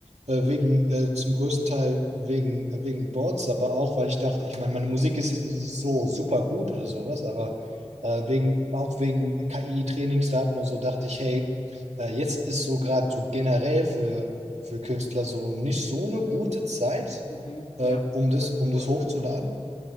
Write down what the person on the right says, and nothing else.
Äh, wegen, äh, zum größten Teil wegen, äh, wegen Boards, aber auch, weil ich dachte, ich meine, meine Musik ist jetzt nicht so super gut oder sowas, aber äh, wegen, auch wegen KI-Trainingsdaten und so dachte ich, hey, äh, jetzt ist so gerade so generell für, für Künstler so nicht so eine gute Zeit,
äh,
um das,
um
das hochzuladen.